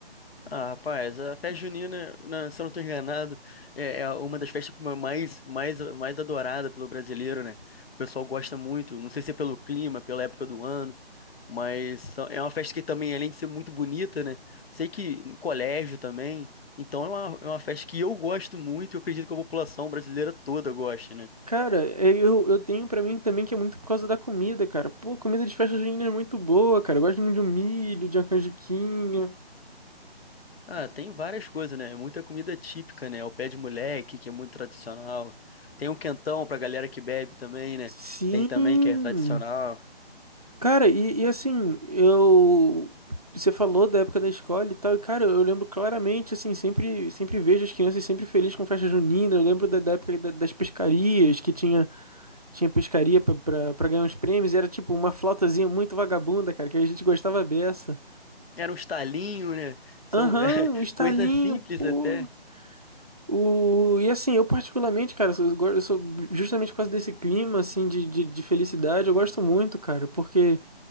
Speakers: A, on the left; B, on the right.
A: Ah, rapaz, a festa junina, né, se eu não tô enganado, é é uma das festas como é mais, mais, mais adorada pelo brasileiro, né? O pessoal gosta muito, não sei se é pelo clima, pela época do ano, mas são- é uma festa que também, além de ser muito bonita, né? Sei que em colégio também, então é uma, é uma festa que eu gosto muito e eu acredito que a população brasileira toda gosta, né?
B: Cara, é, eu, eu tenho pra mim também que é muito por causa da comida, cara. Pô, comida de festa junina é muito boa, cara. Eu gosto muito de um milho, de uma canjiquinha.
A: Ah, tem várias coisas, né? Muita comida típica, né? O pé de moleque, que é muito tradicional. Tem o quentão pra galera que bebe também, né?
B: Sim.
A: Tem também que é tradicional.
B: Cara, e, e assim, eu. Você falou da época da escola e tal, e cara, eu lembro claramente, assim, sempre, sempre vejo as crianças sempre felizes com festa junina. Eu lembro da, da época da- das pescarias, que tinha, tinha pescaria pra, pra, pra ganhar uns prêmios, e era tipo uma flautazinha muito vagabunda, cara, que a gente gostava beça.
A: Era um estalinho, né? São
B: Aham,
A: <laughs> é,
B: um estalinho,
A: coisas simples
B: pô.
A: até.
B: O... E assim, eu particularmente, cara, eu sou, eu sou justamente por causa desse clima, assim, de, de, de felicidade, eu gosto muito, cara, porque